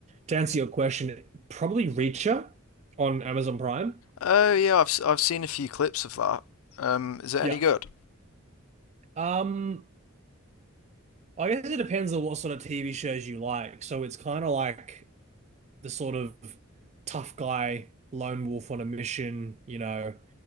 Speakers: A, on the right (about 30°); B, on the left (about 75°).
A: to answer your question, probably Reacher on Amazon Prime.
B: Oh yeah, I've i I've seen a few clips of that. Um, is it
A: Yeah.
B: any good?
A: Um I guess it depends on what sort of TV shows you like. So it's kind of like the sort of tough guy, lone wolf on a mission, you know,